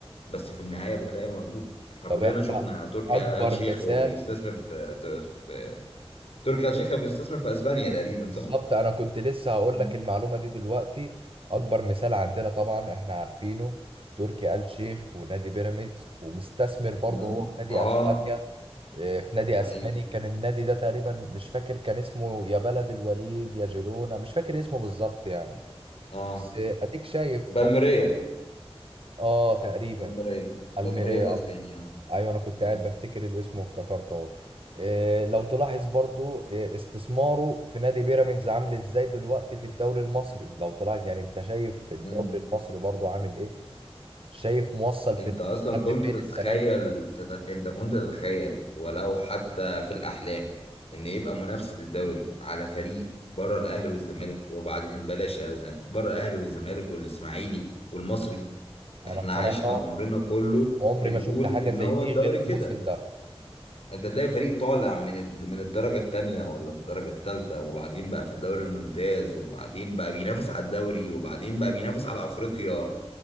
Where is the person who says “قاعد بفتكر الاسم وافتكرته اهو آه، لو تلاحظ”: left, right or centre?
Right